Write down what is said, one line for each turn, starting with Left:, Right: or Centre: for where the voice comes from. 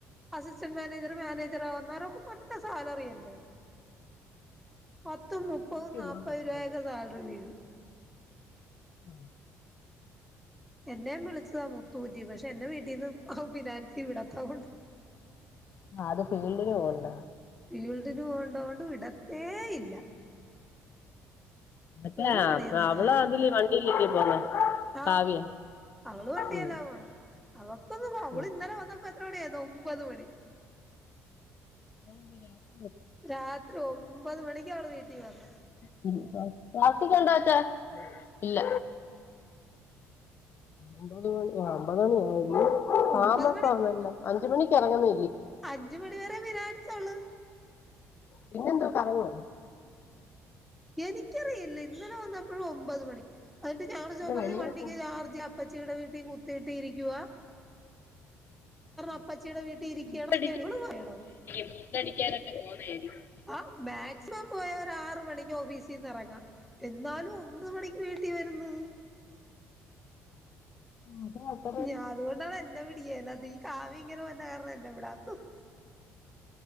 Centre: അസിസ്റ്റന്റ് മാനേജറ് മാനേജർ അന്നേരൊക്കെ നല്ല സാലറി അല്ലേ. പത്തും മുപ്പതും
Left: സീറ്റ്
Centre: നാപ്പത്
Left: ഉണ്ടോന്ന് അറിയില്ല
Centre: രൂപയൊക്കെ സാൽറി വീഴും
Left: ആ
Centre: എന്നേം വിളിച്ചതാ മുത്തൂറ്റിന്ന് പക്ഷെ എന്റെ വീട്ടീന്ന് ഫിനാൻസി വിടത്താ കൊണ്ട്
Left: ആ അത് ഫീൽഡില് പോകണ്ട
Centre: ഫീൽഡിന് പോകടോണ്ട് വിടത്തേയില്ല
Left: അട്ടെ
Centre: ഒരു
Left: ആ
Centre: പണിയും
Left: അപ്പം
Centre: നടക്കത്തില്ല
Left: അവള് അതില് വണ്ടിയിൽ ഇല്ലേ പോക
Centre: ആഹ്
Left: കാവ്യ
Centre: അവള് വണ്ടില്ലാ
Left: ഉം
Centre: പോണ, അവൾക്കൊന്ന് അവള്
Left: ആ
Centre: ഇന്നലെ വന്നപ്പോ എത്ര മണിയായെന്നോ, ഒമ്പത് മണി.
Left: <unintelligible>
Centre: രാത്രി ഒമ്പത് മണിക്ക് അവള് വീട്ടിൽ വന്ന്
Left: <unintelligible> ഇല്ല അമ്പത് മണി അമ്പത് മണിയ ആയില്ല താമസം
Centre: ഒമ്പത്
Left: പറന്നല്ല അഞ്ച മണിക്ക് ഇറങ്ങുന്നേല്ലേ
Centre: അഞ്ചു മണിവ വരെ ഫിനൻസ് ഉള്ളു
Left: പിന്നെന്താ കറങ്ങുവോ
Centre: എനിക്കറിയില്ല ഇന്നലെ വന്നപ്പോഴും ഒമ്പത് മണി എന്നിട്ട് ഞാൻ ചോദിച്ചപ്പോ
Left: അല്ല
Centre: പറഞ്ഞ
Left: വെളിയിൽ
Centre: വണ്ടിക്ക്
Left: ഫുഡ്
Centre: ചർജ അപ്പച്ചീടെ വീട്ടിൽ കുത്തിയിട്ട് ഇരിക്കുക
Left: <unintelligible>
Centre: അപ്പച്ചിയുടെ വീട്ടിൽ ഇരിക്കുകയാണൊക്കെയാണ് ഇവള് പറയണത്
Left: ഇരിക്കുവായിരിക്കും <unintelligible> പോണായിരിക്കും
Centre: ആ മാക്സിമം പോയാ ഒരാറു മണിക്ക് ഓഫീസിൽന്ന് ഇറങ്ങാം എന്നാലും ഒമ്പത് മണിക്ക് വീട്ടിൽ വരുന്നത്
Left: ആ
Centre: ഞാൻ അതുകൊണ്ടാണ് എന്നെ വിടിയില്ല അത് ഈ കാവി ഇങ്ങനെ വന്ന കാരണം എന്നെ വിടാത്തത്